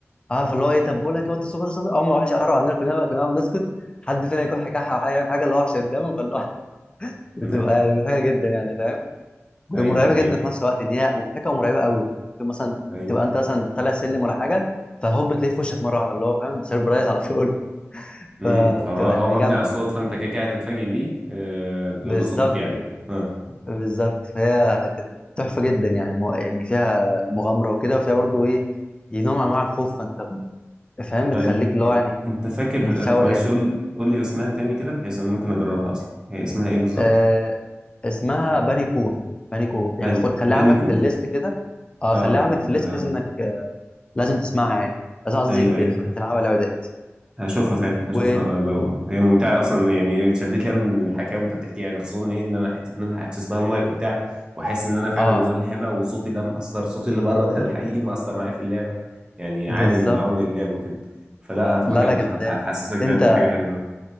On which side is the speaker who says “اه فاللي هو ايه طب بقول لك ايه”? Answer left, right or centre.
Left